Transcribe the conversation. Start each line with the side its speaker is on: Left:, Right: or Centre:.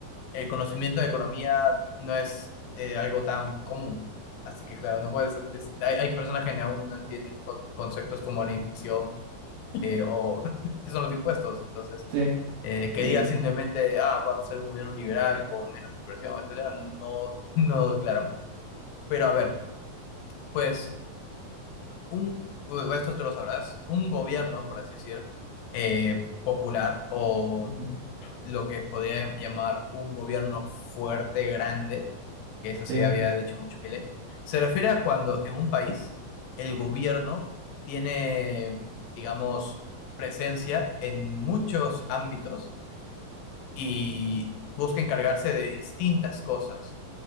Left: el conocimiento de economía no es eh, algo tan común. Así que claro, no puedes, es- hay, hay personas que aún no entienden co- conceptos como la inflación eh, o <laughs> qué son los impuestos. Entonces,
Right: Sí,
Left: eh, que
Right: sí,
Left: diga
Right: sí.
Left: simplemente, ah, va a ser un gobierno liberal con menos inversión, etcétera, no, <laughs> no declara mucho. Pero a ver, pues, un, u- esto tú lo sabrás, un gobierno, por así decir, eh, popular o
Right: ujú,
Left: lo que podría llamar un gobierno fuerte, grande, que eso
Right: Sí,
Left: sí había dicho mucho Milei, se refiere a cuando en un país el gobierno tiene, digamos, presencia en muchos ámbitos y busca encargarse de distintas cosas.